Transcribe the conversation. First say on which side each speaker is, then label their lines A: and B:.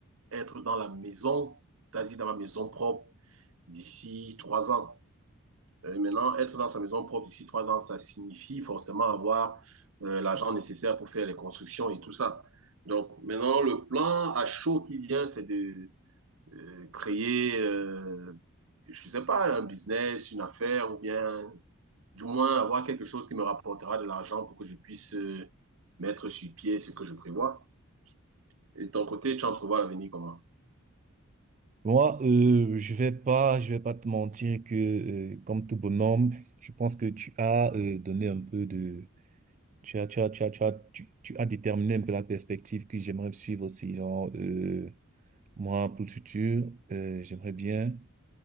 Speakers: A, on the right; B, on the right.
A: être dans la maison, c'est-à-dire dans ma maison propre d'ici trois ans. Euh, maintenant, être dans sa maison propre d'ici trois ans, ça signifie forcément avoir euh, l'argent nécessaire pour faire les constructions et tout ça. Donc maintenant, le plan à chaud qui vient, c'est de euh, créer, euh, je sais pas, un business, une affaire, ou bien du moins avoir quelque chose qui me rapportera de l'argent pour que je puisse euh, mettre sur pied ce que je prévois. Et de ton côté, tu entrevois l'avenir comment?
B: Moi, euh, je vais pas, je vais pas te mentir que, euh, comme tout bonhomme, je pense que tu as euh, donné un peu de, tu as, tu as, tu as, tu as, tu, tu as déterminé un peu la perspective que j'aimerais suivre aussi. Genre, euh, moi, pour le futur, euh, j'aimerais bien.